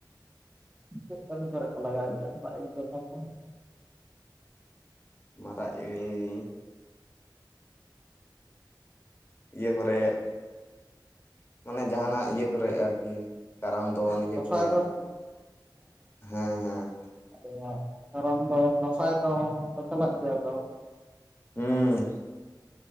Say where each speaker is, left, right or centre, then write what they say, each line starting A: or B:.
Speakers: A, on the right (about 15°); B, on the left (about 30°).
A: ᱪᱮᱫ ᱠᱟ. ᱢᱤ ᱠᱚᱨᱮ ᱠᱚ ᱞᱟᱜᱟᱣ ᱜᱮᱭᱟ <unintelligible>
B: ᱢᱟᱨᱟᱜ ᱤᱞ ᱤᱭᱟᱹ ᱠᱚᱨᱮ ᱢᱟᱱᱮ ᱡᱟᱦᱟᱱᱟᱜ ᱤᱭᱟᱹ ᱠᱚᱨᱮ ᱟᱨᱠᱤ᱾ ᱠᱟᱨᱟᱢ ᱫᱚᱱ ᱤᱭᱟᱹ
A: ᱫᱟᱸᱥᱟᱭ
B: ᱠᱚᱨᱮ
A: ᱫᱚᱱ
B: ᱦᱮᱸ ᱦᱮᱸ᱾
A: ᱟᱫᱚ ᱠᱟᱨᱟᱢ ᱫᱚᱱ ᱫᱟᱸᱥᱟᱭ ᱫᱚᱱ ᱪᱟᱞᱟᱜ ᱜᱮᱭᱟ ᱛᱚ᱾
B: ᱦᱩᱸ᱾